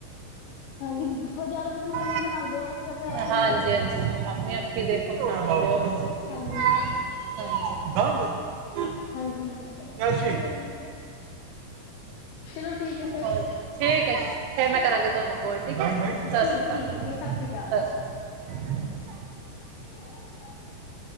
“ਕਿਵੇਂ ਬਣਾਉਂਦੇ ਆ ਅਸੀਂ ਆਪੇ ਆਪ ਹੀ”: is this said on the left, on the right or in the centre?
Left